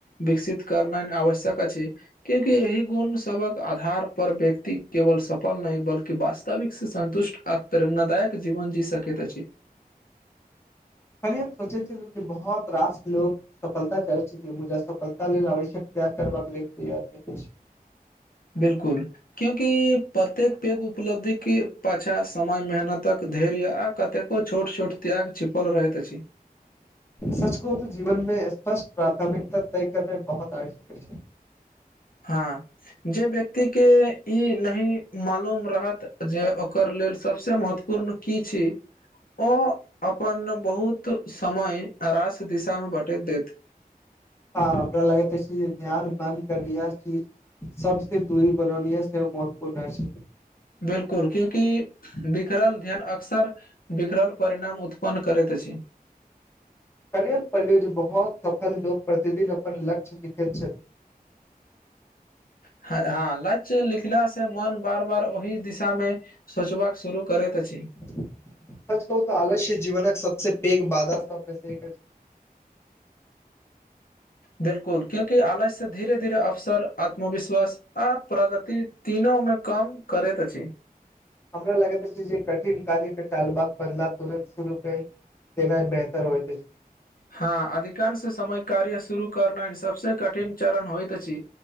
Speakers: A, on the left (about 65°); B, on the left (about 15°).
A: विकसित कर आवश्यक अछि छै। क्यूंकि एहि गुण सभक आधार पर व्यक्ति केवल सफल नहि बल्कि वास्तविक से सन्तुष्ट आ प्रेरणाादायक जीवन जी सकेत छी।
B: खाली हम सोचे छै। बहुत रास लोको सफलता चाहै छी मुजा सफलता लेल आवश्यक त्याग करबाक लेल तैयार नहि हो छै।
A: बिलकुल। क्यूंकि प्रत्येक पैघ उपलब्धिके पाछा समय मेहनतक धैर्य आ कतेक ओ छोट छोट त्याग चिपाल रहैत अछि
B: सच को त जीवन में स्पष्ट प्राथमिकता तय करने बहुत आवश्यक छै।
A: हँ जे व्यक्ति ई नहि मालूम रहत जे ओकर लेल सभस महत्व पूर्ण की छी ओ अप्पन बहुत समय रास दिशा मे बँटत देत
B: हँ हमरा लागत ध्यान बन्द कर चीज सभ सँ दूरी बनौनी से महत्वपूर्ण छै।
A: बिलकुल क्यंकि बिखरल ध्यन अक्सर बिखरल परिणाम उत्पन्न करैत अछि।
B: कनिय पलू जे बहुत सफल लोकोग प्रतिदिन अपन लक्ष्य लिखैत छथिन।
A: हँ लच्य लिखला से मन बार बार ओहि दिशा में सोचबाक शुरू करैत छी
B: सच कहू तऽ आलस्य जीवन सभ सँ पैघ बधा सभ सऽ
A: बिल्कुल क्यूंकि आलय से धीरे धीरे अवसर आत्मविश्वास आ प्रगति तीनो में कम करैत अछि।
B: हमरा लगैत जे कठिन कार्य के टालब बदलाव तुरन्त शुरू क तना बेहतर होइ छै।
A: हँ अधिकांश समय कार्य शुरू करना सभ से कठिन चरण होइत अछि।